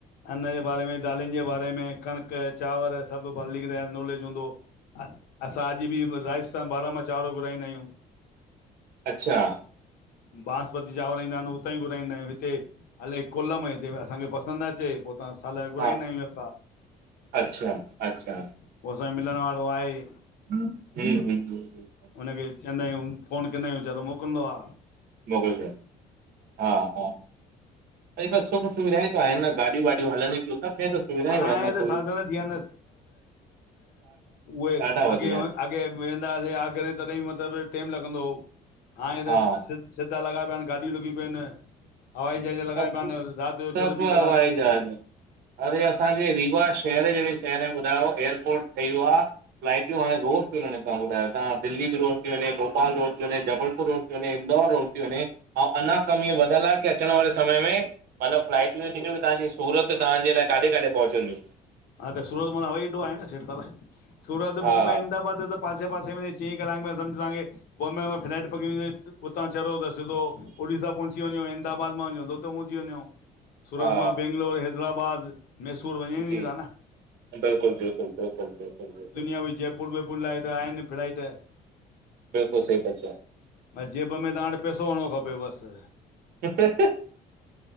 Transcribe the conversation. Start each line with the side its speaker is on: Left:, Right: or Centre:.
Left: अन्न जे बारे में दालनि जे बारे में कणक, चांवर सभु मालिक दया जी नॉलेज हूंदो। असां अॼु बि राजस्थान बारामा चांवर घुराईंदा आहियूं।
Right: अच्छा
Left: बासमती चांवर ईंदा हिनि हुते ई घुराईंदा आहियूं हिते हले, कोलम हित असांखे पसंदि न अचे। हा, साल जा घुराईदा
Right: हा,
Left: हुंय यका,
Right: अच्छा, अच्छा,
Left: पो असांजा मिलण वारा <unintelligible>
Right: ह, हुं, हुं ह
Left: हुनखे चईदा हियूं फ़ोन केदा आहियूं वेचारो मोकुलींदो आ
Right: मोकिलजे, हा हा, कई बार सुख सुविधाएं आहे न गाॾियूं -वाॾियूं हलनिे थियूंस, उते सुविधाई
Left: हाणे
Right: हुयं न कोई
Left: त साधन थी विया उए
Right: ॾाढा वधी
Left: अॻे
Right: विया आहिनि,
Left: वेेंदासीं आगरे तॾहिं मतिलबु टेम लॻंदो हो, हाणे
Right: हा,
Left: त सीधा लॻा पिया आहिनि, गाडियूं लॻूं पयूं हिनि हवाई जहाज लॻाइपान
Right: सभु
Left: न राति जो
Right: सभु
Left: चओ त ॿी क़लाक
Right: हवाई
Left: में किथे।
Right: जहाज अरे! असांजे रीवा शहर जहिड़े शहर में ॿुधायो एयरपोर्ट ठही वियो आ। लाइटियूं हाणे घोर। वञे तवां ॿुधायो तां दिल्ली बि रोज़ थी वञे भोपाल रोज़ थी वञे जबलपुर रोज़ थी वे इंदौर रोज़ थी वञे। अऊं अञा कमीअ वधल आ कि अचण वारे समय में, मतिलबु फ्लाईट बी टिकट तांजी सूरत तांजे लाइ काॾे काॾे पहुचंदियूं।
Left: हा, त सूरत मां हवाईअड्डो आहे न सेठि साहिब, सूरत
Right: हा
Left: बॉम्बे अहमदाबाद त पासे पासे में चईं कलाके में समझ तांखे, बॉम्बे में फ्लाइट पकड़े हुतां चढ़ो त सिधो ओड़ीसा पहुची वञो, अहमदाबाद मां वञो त पहुची वञो। सूरत
Right: हा
Left: मां बैंगलोर, हैदराबाद, मैसूर वञूं
Right: जी
Left: ई ता न।
Right: बिल्कुलु बिल्कुलु बिल्कुलु बिल्कुलु बिल्कुलु।
Left: त भई जैपुर ॿैपुर लाइ त आहिनि फ्लाईट।
Right: बिल्कुलु सही ता चओ।
Left: जेब में तां वटि पैसो हुअणु खपे बसि।
Right: हा,